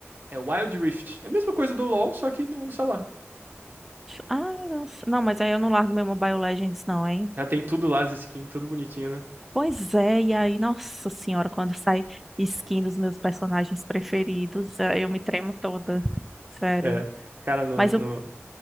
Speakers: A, on the right (about 45°); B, in the centre.
A: É Wild Rift. É a mesma coisa do LoL, só que no, sei lá.
B: Ah, nossa. Não, mas aí eu não largo meu Mobile Legends não, hein?
A: Já tem tudo lá, as skins, tudo bonitinho, né?
B: Pois é, e aí, nossa senhora, quando sai skin dos meus personagens preferidos, eh, eu me tremo toda. Sério.
A: É. Cara, no,
B: Mas
A: no,
B: eu...